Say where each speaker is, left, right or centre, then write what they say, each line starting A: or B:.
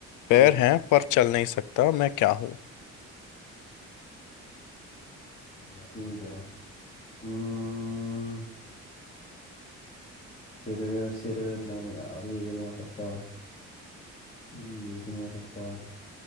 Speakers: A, on the left (about 80°); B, on the left (about 30°).
A: पैर
B: हम्म
A: हैं पर चल नहीं सकता मैं क्या हूँ
B: ठीक है हम्म सिर सिर नहीं यार ये भी नहीं हो सकता हम्म, ये भी नहीं हो सकता